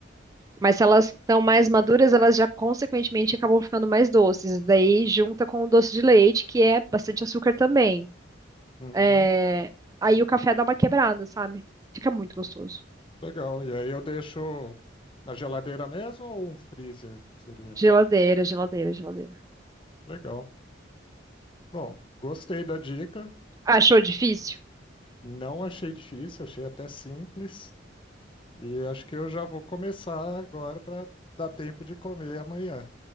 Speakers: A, on the right; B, on the left.
A: Mas se elas estão mais maduras, elas já consequentemente acabam ficando mais doces. Daí junta com o doce de leite, que é bastante açúcar também.
B: Uhum,
A: É, Aí o café dá uma quebrada, sabe? Fica muito gostoso.
B: legal. E aí eu deixo na geladeira mesmo ou um freezer? Seria
A: Geladeira, geladeira, geladeira.
B: legal. Bom, gostei da dica.
A: Achou difícil?
B: Não achei difícil, achei até simples. E acho que eu já vou começar agora para dar tempo de comer amanhã.